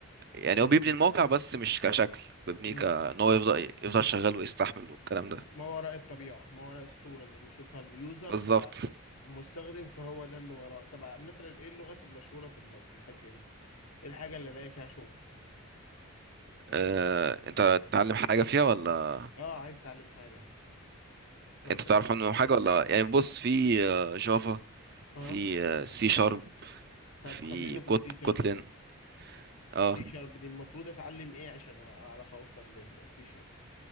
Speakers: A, on the right (about 45°); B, on the left (about 85°).
A: يعني
B: مم،
A: هو بيبني الموقع بس مش كشكل بيبنيه
B: مم.
A: كان هو يفضل يفضل شغال ويستحمل والكلام ده
B: ما وراء الطبيعه ما وراء الصوره اللي بيشوفها اليوزر
A: بالظبط
B: فالمستخدم فهو ده اللي وراه طب مثلا ايه اللغات المشهوره في ال في الباك اند ايه الحاجه اللي الاقي فيها شغل
A: آه، انت تتعلم حاجة فيها ولا
B: اه عايز اتعلم حاجه مثلا
A: انت تعرف عنهم حاجه ولا يعني بص في آه، جافا
B: اه
A: في آه، سي شارب
B: طب
A: في
B: خلينا في
A: كوت
B: السي شارب
A: كوتلين
B: دي
A: اه
B: السي شارب دي المفروض اتعلم ايه عشان اعرف اوصل للسي شارب